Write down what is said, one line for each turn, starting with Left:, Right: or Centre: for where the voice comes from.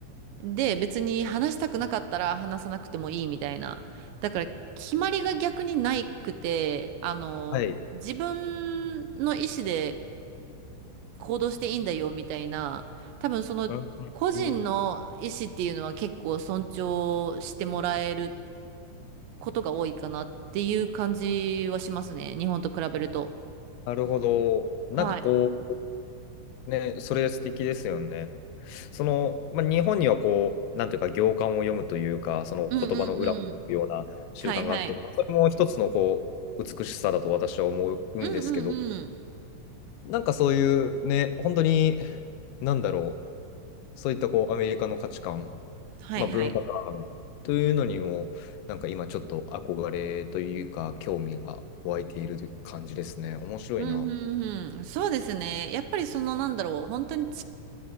Right: で別に話したくなかったら話さなくてもいいみたいな。だから決まりが逆にないくて、あの、
Left: はい。
Right: 自分の意思で行動していいんだよみたいな。多分その個人の意思っていうのは結構尊重してもらえる
Left: うん、うん
Right: ことが多いかなっていう感じはしますね。日本と比べると。
Left: なるほど。なんかこ
Right: はい。
Left: う、ね、それ素敵ですよね。その、まあ、日本にはこう、なんていうか、行間を読むというか、その言葉の裏を読むような習慣があって、
Right: うんうんうん。はいはい。
Left: まあ、それも一つのこう、美しさだと私は思うんですけど、
Right: うんうんうん。
Left: なんかそういうね、本当に、なんだろう。そういったこうアメリカの価値観、
Right: はいはい。
Left: まあ、文化観というのにも、なんか今ちょっと憧れというか、興味が湧いている感じですね。面白いな。
Right: うんうんうん。そうですね。やっぱりそのなんだろう。本当に違